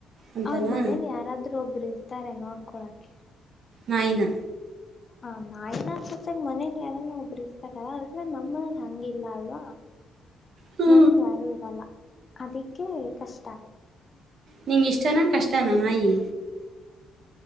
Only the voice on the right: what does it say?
ಅಂತನಾ
ನಾಯಿನ್
ಹ್ಞೂ
ನೀಂಗ ಇಷ್ಟನಾ ಕಷ್ಟನಾ ನಾಯಿ?